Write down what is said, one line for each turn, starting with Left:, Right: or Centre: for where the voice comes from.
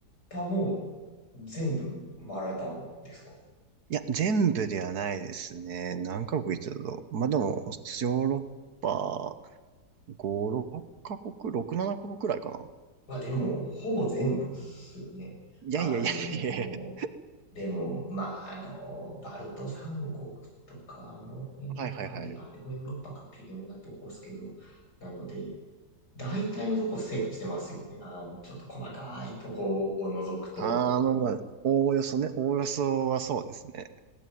Left: ッパも全部回られたんですか
Right: いや、全部ではないですね。何カ国行ってたと。まあ、でも、ヨーロッパ5、6カ国、6、7カ国くらいかな。
Left: まあでも、ほぼ全部っすよね。
Right: いやいやいやいやいや。
Left: あのーでも、まあ、あの、バルト三国とか、あの辺は、
Right: はいはいはい。
Left: いやあれもヨーロッパか微妙なとこですけど、なので、大体のとこ制覇してますよね。あの、ちょっと細かいとこを除くと。
Right: あー、まあまあ、おおよそね。おおよそはそうですね。